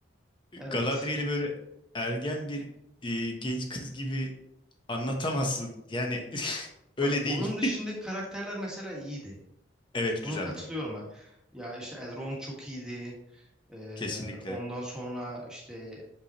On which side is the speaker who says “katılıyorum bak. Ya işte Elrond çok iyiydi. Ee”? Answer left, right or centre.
Centre